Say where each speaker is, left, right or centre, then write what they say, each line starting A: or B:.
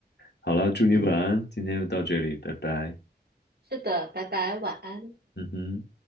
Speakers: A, on the left; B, on the right.
A: 好了，祝你晚安，今天就到这里，拜拜。
B: 是的，拜拜，晚安。
A: 嗯哼。